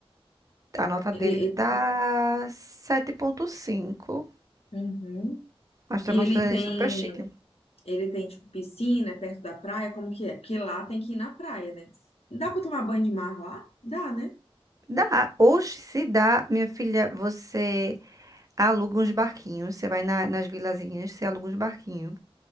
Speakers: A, on the right (about 35°); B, on the left (about 80°).
A: A nota
B: Ele,
A: dele
B: ele-
A: tá sete ponto cinco,
B: Uhum.
A: Nós estamos
B: E ele
A: fazendo
B: tem,
A: ele super chique.
B: ele tem, tipo, piscina é perto da praia, como que é? Porque lá tem que ir na praia, né? Dá pra tomar banho de mar lá? Dá, né?
A: Dá. Hoje, se dá, minha filha, você aluga uns barquinhos. Você vai na- nas vilazinhas, você aluga uns barquinhos.